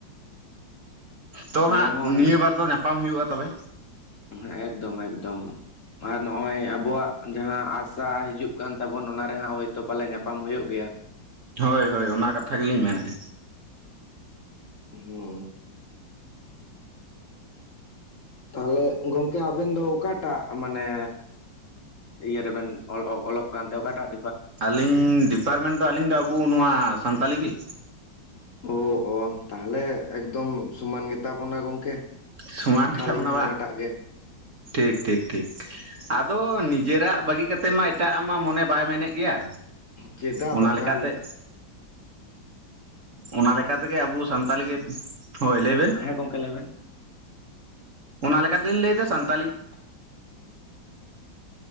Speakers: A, on the right (about 50°); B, on the left (about 50°).
A: ᱛᱚ
B: ᱟᱞᱮ
A: ᱦᱟᱸᱜ
B: ᱦᱚᱸ
A: ᱱᱤᱭᱟᱹ ᱵᱟᱨ ᱫᱚ, ᱧᱟᱯᱟᱢ ᱦᱩᱭᱩᱜᱼᱟ ᱛᱚᱵᱮ᱾
B: ᱦᱮᱸ ᱮᱠᱫᱚᱢ ᱮᱠᱫᱚᱢ ᱟᱨ ᱱᱚᱜᱼᱚᱭ ᱟᱵᱚᱣᱟᱜ ᱡᱟᱦᱟᱸ ᱟᱥᱟ ᱦᱤᱡᱩᱜ ᱠᱟᱱ, ᱛᱟᱵᱚᱱ ᱚᱱᱟ ᱨᱮᱦᱟᱸᱜ ᱦᱳᱭ ᱛᱳ ᱯᱟᱞᱮ ᱧᱟᱯᱟᱢ ᱦᱳᱭᱳᱜ ᱜᱮᱭᱟ᱾
A: ᱦᱳᱭ ᱦᱳᱭ ᱚᱱᱟ ᱠᱟᱛᱷᱟ ᱜᱮ ᱞᱤᱧ ᱢᱮᱱᱮᱫᱼᱟ᱾
B: <unintelligible> ᱛᱟᱦᱞᱮ ᱜᱚᱝᱠᱮ ᱟᱵᱮᱱ ᱫᱚ ᱚᱠᱟ ᱴᱟᱜ ᱢᱟᱱᱮ᱾ ᱤᱭᱟᱹ ᱨᱮᱵᱮᱱ ᱚᱞᱚᱜ ᱠᱟᱱ ᱛᱮ ᱚᱠᱟᱴᱟᱜᱼᱼ
A: ᱟᱹᱞᱤᱧ ᱰᱤᱯᱟᱨᱢᱮᱱᱴ ᱫᱚ ᱟᱹᱞᱤᱧ ᱟᱵᱚ ᱱᱚᱣᱟ ᱥᱟᱱᱛᱟᱞᱤ ᱜᱮ᱾
B: ᱚ ᱚ ᱛᱟᱦᱞᱮ ᱮᱠᱫᱚᱢ ᱥᱚᱢᱟᱱ ᱜᱮᱛᱟ ᱵᱚᱱᱟ ᱜᱚᱝᱠᱮ᱾
A: ᱥᱚᱢᱟᱱ
B: ᱟᱹᱞᱤᱧ
A: ᱜᱮᱭᱟ ᱵᱚᱱ,
B: ᱦᱚᱸ ᱚᱱᱟᱴᱟᱜ ᱜᱮ
A: ᱴᱷᱤᱠ ᱴᱷᱤᱠ ᱴᱷᱤᱠ᱾ ᱟᱫᱚ ᱱᱤᱡᱮᱨᱟᱜ ᱵᱟᱹᱜᱤ ᱠᱟᱛᱮ ᱢᱟ ᱮᱴᱟᱜ ᱟᱜ ᱢᱟ ᱢᱚᱱᱮ ᱵᱟᱭ ᱢᱮᱱᱮᱫ ᱜᱮᱭᱟ᱾
B: ᱪᱮᱫᱟᱜ
A: ᱚᱱᱟ
B: ᱵᱟᱠᱷᱟᱱ
A: ᱞᱮᱠᱟᱛᱮ ᱚᱱᱟᱠᱟ ᱞᱮᱠᱟ ᱛᱮᱜᱮ ᱟᱵᱚ ᱥᱟᱱᱛᱟᱞᱤ ᱜᱮ ᱦᱳᱭ ᱞᱟᱹᱭ ᱵᱮᱱ᱾
B: ᱦᱮᱸ ᱜᱚᱝᱠᱮ ᱞᱟᱹᱭ ᱵᱮᱱ᱾
A: ᱚᱱᱟ ᱞᱮᱠᱟ ᱛᱮᱞᱤᱧ ᱞᱟᱹᱭ ᱫᱟ ᱥᱟᱱᱛᱟᱞᱤ <inaudible>